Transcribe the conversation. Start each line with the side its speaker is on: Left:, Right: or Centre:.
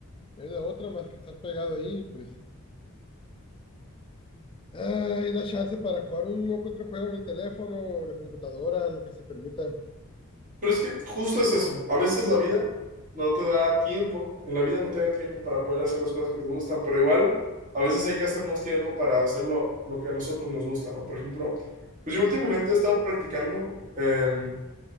Left: no hay de otra más que estar pegado ahí, pues. Ay, da chance para jugar un que otro juego en el teléfono, en la computadora, lo que se permita.
Right: Pero es que justo es eso. A veces la vida no te da tiempo, en la vida no te da tiempo para poder hacer las cosas que te gustan, pero igual a veces hay que hacernos tiempo para hacer lo, lo que a nosotros nos gusta, ¿no? Por ejemplo, pues yo últimamente he estado practicando em,